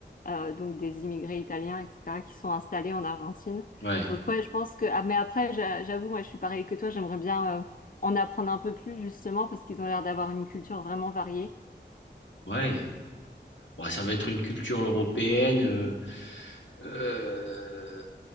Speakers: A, on the left (about 50°); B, on the left (about 80°).
A: euh, donc des immigrés italiens, etc., qui sont installés en Argentine.
B: ouais
A: Donc ouais, je pense que... Ah, mais après, j'a- j'avoue, moi, je suis pareil que toi, j'aimerais bien euh, en apprendre un peu plus, justement, parce qu'ils ont l'air d'avoir une culture vraiment variée.
B: ouais. Bon, ça va être une culture européenne. euh, Heu,